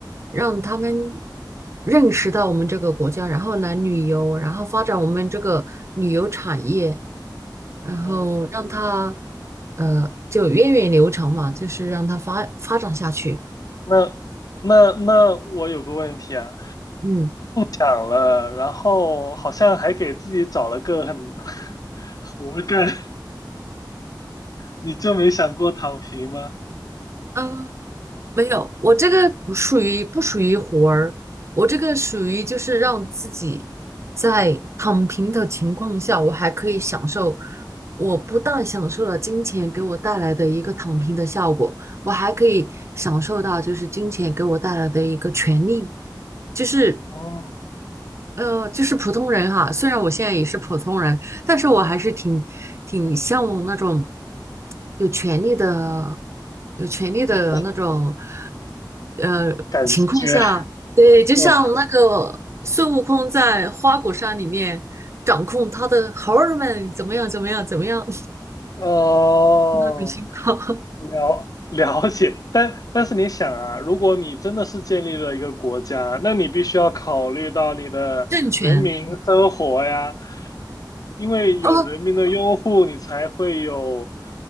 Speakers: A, on the right; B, on the left.
A: 让他们认识到我们这个国家，然后来旅游，然后发展我们这个旅游产业，然后让它
B: 嗯，
A: 呃就源远流长嘛，就是让它发发展下去。
B: 那那那我有个问题啊，
A: 嗯，
B: 想了，然后好像还给自己找了个很 <laughs> 活干，<laughs> 你就没想过躺平吗？
A: 呃没有，我这个不属于不属于活儿，我这个属于就是让自己在躺平的情况下，我还可以享受，我不但享受了金钱给我带来的一个躺平的效果，我还可以享受到就是金钱给我带来的一个权利，就是
B: 哦，
A: 呃，就是普通人哈，虽然我现在也是普通人，但是我还是挺挺向往那种有权利的、有权利的那种
B: 那我
A: 呃情况下，
B: 感觉，
A: 对，
B: <laughs>
A: 就像那个孙悟空在花果山里面掌控他的猴儿们怎么样、
B: 哦
A: 怎么样、怎么样
B: 哦，
A: <laughs> 那种情况，
B: 了 <laughs> 了解，但但是你想啊，如果你真的是建立了一个国家，那你必须要考虑到你的人民生活呀，
A: <laughs> 政权。
B: 因为有人民的拥护，
A: 啊。
B: 你才会有